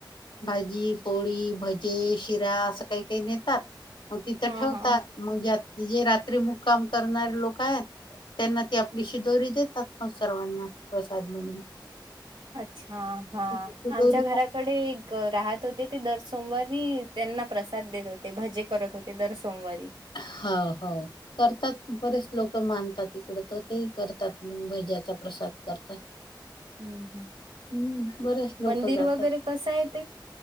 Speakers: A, on the left; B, on the right.
A: भाजी पोळी भजे शिरा असं काही काही नेतात मग तिथं
B: हा
A: ठेवतात
B: हा
A: मग जे जे रात्री मुक्काम करणारे लोक आहेत त्यांना ती आपलीशी दोरी देतात ना सर्वांना प्रसाद म्हणून
B: अच्छा हा
A: शिदोरी
B: आमच्या घराकडे एक राहत होते ते दर्श सोमवारी त्यांना प्रसाद देत होते भजे करत होते दर सोमवारी
A: होा हो करतात बरेच लोक मानतात इकड तर तेही करतात मग भज्याचा प्रसाद करतात
B: हम्म हम्
A: हम्म बरेच लोक
B: मंदिर
A: जातात
B: वगैरे कसं आहे ते